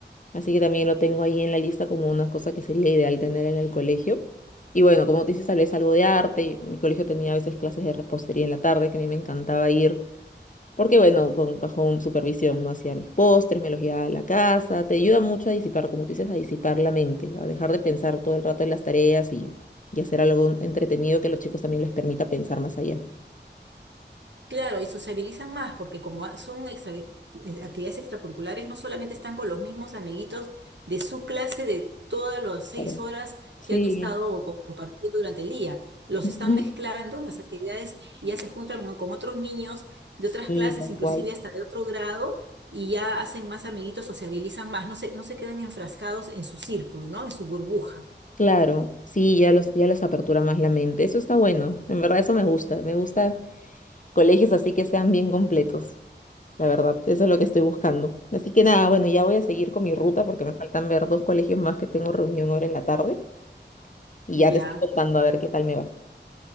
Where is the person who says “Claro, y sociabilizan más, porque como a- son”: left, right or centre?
Right